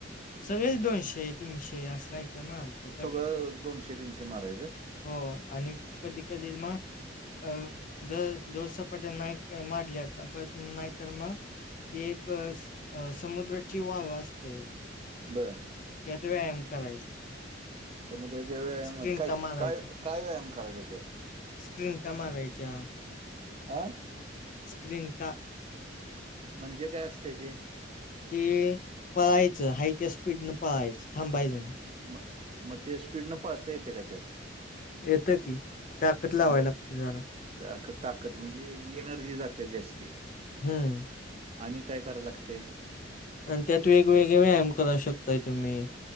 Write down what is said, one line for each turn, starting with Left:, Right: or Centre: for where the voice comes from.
Left: सगळेच दोनशे तीनशे असं काय-काय मालतो पट
Right: ते दोनश हे तीनशे मारायचं.
Left: हो आणि कधी-कधी मग अ जर जोरसपाट्या नाही माडल्या अ प नाही तर मग एक स अं समुद्राची वाह असते ए
Right: बरं.
Left: त्यात व्यायाम करायचा
Right: समुद्राच्या
Left: स्प्रिंटा
Right: व काय
Left: मारायच्या
Right: काय क काय व्यायाम करायचा त्यात?
Left: स्प्रिंटा मारायच्या
Right: अ?
Left: जींकता
Right: म्हणजे काय असतंय ते?
Left: ते पळायचं हाय त्या स्पीडन पाळायचं थांबायचं न
Right: म मग ते स्पीड न पाहता येते का त्यात
Left: येतं की ताकद लावाय
Right: ब
Left: लागते जरा
Right: ताक ताकद म्हणजे एनर्जी जाते जास्ती
Left: हम्म
Right: आणि काय कराव लागते
Left: आणि त्यात वेगवेगळे व्यायाम कर करा शकताय तुम्ही